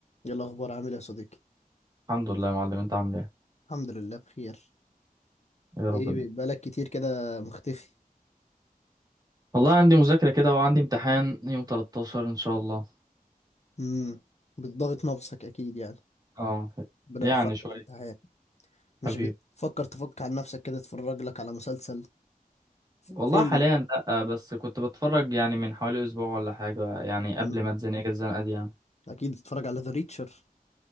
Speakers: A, on the left (about 45°); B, on the right (about 25°).
A: ايه الاخبار عامل إيه يا صديقي
B: الحمد لله يا معلم انت عامل ايه
A: الحمد لله بخير
B: يا
A: ايه
B: ربنا
A: بقالك كتير كده مختفي
B: والله عندي مذاكرة كده وعندي امتحان يوم 13 ان شاء الله
A: امم بتضغط نفسك اكيد يعني
B: اه
A: ربنا
B: يعني
A: يوفقك
B: شوية
A: في الامتحان مش
B: حبيبي
A: بتفكر تفك عن نفسك كده تتفرج لك على مسلسل ف-
B: والله
A: فيلم
B: حاليا لا بس كنت بتفرج يعني من حوالي اسبوع ولا حاجة يعني قبل
A: امم
B: ما اتزنق الزنقة دي يعني
A: اكيد بتتفرج على ذا ريتشر